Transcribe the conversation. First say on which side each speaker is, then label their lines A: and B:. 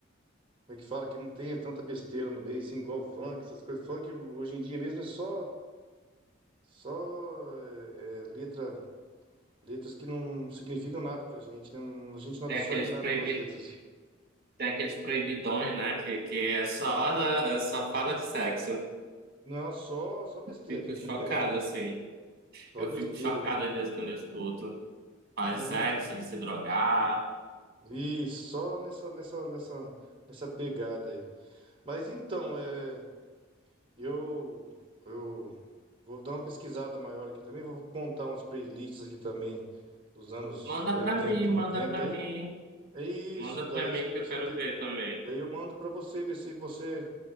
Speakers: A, on the right (about 25°); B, on the right (about 50°).
A: Como é que fala? Que não tenha tanta besteira no meio, assim, igual funk, essas coisas. Funk hoje em dia mesmo é só. Só é, é, letra. Letras que não significam nada pra gente, né? Não- A gente não
B: Tem
A: absorve
B: aqueles
A: nada
B: proibi...
A: com as letras.
B: Tem aqueles proibidões, né? Que, que é só, é só fala de sexo.
A: Não, só, só besteira.
B: Fico chocado,
A: <laughs>
B: assim.
A: Só
B: Eu
A: besteira
B: fico chocado às vezes quando eu escuto faz
A: mesmo.
B: sexo,
A: É, então.
B: de se drogar.
A: E só nessa, nessa, nessa, nessa pegada aí. Mas então, é. Eu, eu vou dar uma pesquisada maior aqui também, vou montar umas playlists aqui também dos anos
B: Manda
A: 80,
B: pra mim, manda
A: 90
B: pra
A: aí.
B: mim.
A: É isso,
B: Manda
A: daí
B: pra
A: isso
B: mim
A: que eu
B: que
A: te...
B: eu quero ver também.
A: Aí eu mando pra você ver se você